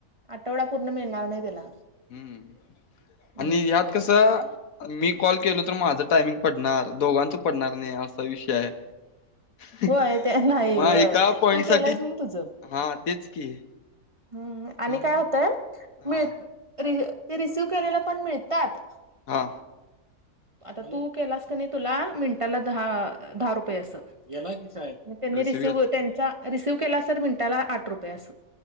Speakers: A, on the right; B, on the left.
A: आठवडा पूर्ण मिळणार नाही त्याला.
B: हम्म
A: हम्म
B: आणि ह्यात कसं. मी कॉल केलो तर, माझं टायमिंग पडणार दोघांच पडणार नाही असा विषय आहे.
A: होय ते नाही
B: मग
A: होय
B: एका पॉइंट
A: तू
B: साठी
A: केलायस म्हणून तुझं
B: हा तेच की-
A: हम्म आणि
B: त्यामुळे
A: काय होतय
B: हा
A: मिळ ते रिसिव केलेला पण मिळतात.
B: हा
A: आता तू केलास की नाई तुला मिनटाला दहा रुपये असं. त्यांनी
B: रिसिव
A: रिसीव्ह
B: केला
A: त्यांचा रिसीव्ह केला सर मिनिटांचा आठ रुपये असतात.